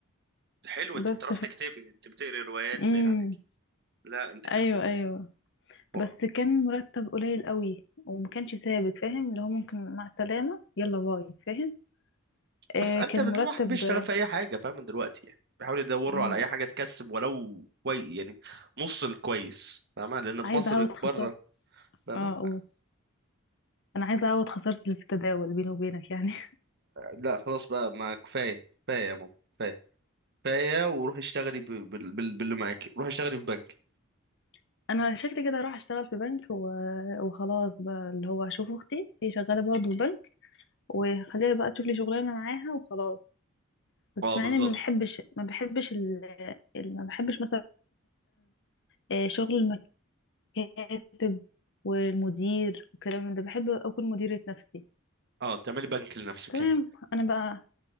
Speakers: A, on the right; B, on the left.
A: حلو انت
B: بس
A: بتعرف تكتبي انت بتقري روايات
B: امم
A: باين عليك لا انت كنت
B: ايوه ايوه
A: لا.
B: بس كان مرتب قليل قوي وما كانش ثابت فاهم اللي هو ممكن مع السلامة يلا باي فاهم آه
A: بس انت
B: كان
A: الواحد
B: مرتب
A: بيشتغل
B: آه،
A: في اي حاجه فاهم دلوقتي يعني بيحاول يدوروا
B: مم،
A: على اي حاجه تكسب ولو كويس يعني نص الكويس فاهمه لان في
B: عايزة
A: مصر
B: اعوض خسارة
A: بره فاهمه
B: اه اقول انا عايزة اعوض خسارتي اللي في التداول بيني وبينك يعني
A: لا خلاص بقى ما كفايه كفايه يا ماما كفايه كفايه وروحي اشتغلي ب- بال- بال- باللي معاكي روحي اشتغلي في بنك
B: <laughs> انا شكلي كده اروح اشتغل في بنك و... وخلاص بقى اللي هو اشوف اختي هي شغالة برضه في بنك وخليها بقى تشوف لي شغلانة معاها وخلاص بس
A: اه
B: مع
A: بالظبط
B: اني ما بحبش ما بحبش ال... ال- ما بحبش مثلا آه، شغل كاتب والمدير والكلام من ده بحب اكون مديرة نفسي
A: اه تعملي بنك لنفسك
B: تمام
A: يعني
B: انا بقى